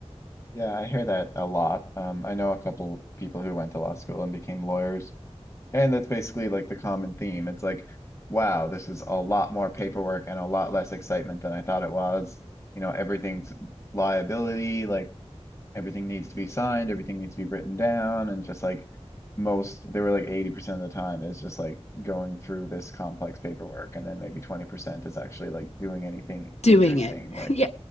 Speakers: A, on the left; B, on the left.
A: Yeah, I hear that a lot. Um, I know a couple people who went to law school and became lawyers, and that's basically like the common theme. It's like, wow, this is a lot more paperwork and a lot less excitement than I thought it was. You know, everything's liability, like everything needs to be signed, everything needs to be written down, and just like most, they were like 80% of the time is just like going through this complex paperwork, and then maybe 20% is actually like doing anything
B: doing
A: interesting.
B: it. <laughs>
A: Like,
B: Yeah.